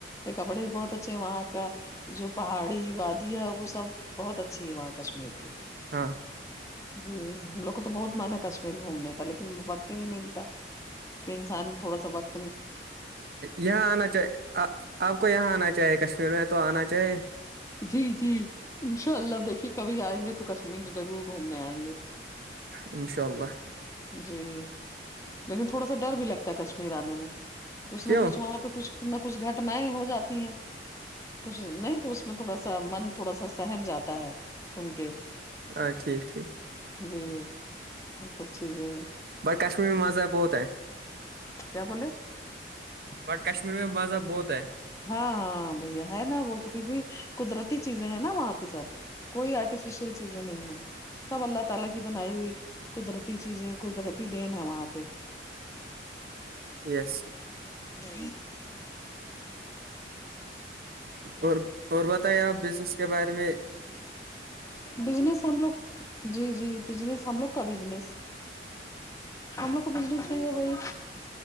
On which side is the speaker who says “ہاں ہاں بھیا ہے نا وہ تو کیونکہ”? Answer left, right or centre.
Left